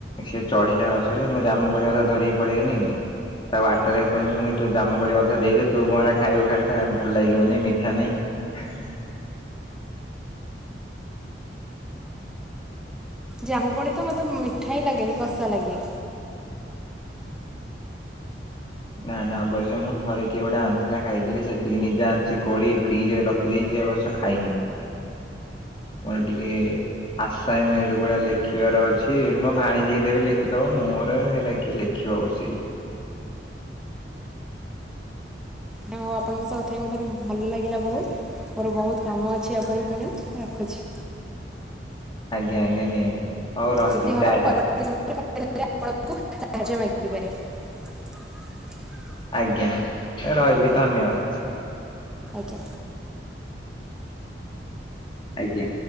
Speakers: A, on the left; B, in the centre.
A: ସେ ଚଢିଲା ଗଛରେ ମୁଁ ଜାମୁ କ କଥା ଧରିକି ପଳେଇଆନି। ତାକୁ ବାଟରେ ପହଞ୍ଚିବୁ ତୁ ଜାମୁ କୋଳି ଅଧା ଦେଇଦେ ତୁ କଣ ଟା ଖାଇବୁ ଖାଇ ଭଲ ଲାଗିବନି ମିଠା ନା ହ
B: ଜାମୁକୋଳି ତ ମୋତେ ମିଠା ହିଁ ଲାଗେନି, କଷା ଲାଗେ।
A: ନା ନା ଅବସ ମୁଁ ଥରେ କିଏ ଗୋଟେ ଆଣିଥିଲା ଖାଇଥିଲି ସେତିକି ନିଜେ ଆଣିଚି କୋଳି ଫ୍ରିଜ ରେ ରଖିଦେଇ ଏ ବର୍ଷ ଖାଇନି। ମୋର ଟିକେ ଆସାଇମେଣ୍ଟ ଗୁଡା ଲେଖିବାର ଅଛି ମୋ ଭାଣୀଜି ଦେବି ଲେଖିଦବ ମୋର ହେରା କି ଲେଖି ଯ ବସିକି।
B: ହଉ ଆପଣଙ୍କ ସହ କଥା ହେଇକି ମୋତେ ଭଲ ଲାଗିଲା ବହୁତ ମୋର ବହୁତ କାମ ଅ <unintelligible> ପୁଣି ରଖୁଛି।
A: ଆଜ୍ଞା ଆଜ୍ଞା ନିହାତି। ହଉ
B: <unintelligible>
A: ରହିଲି ଟା ଟା
B: ଆପଣ ସାହାଯ୍ୟ ମାଗିପାରେ।
A: ଆଜ୍ଞା ରହିଲି ଧନ୍ୟବାଦ।
B: ଓ୍
A: ଆଜ୍ଞା।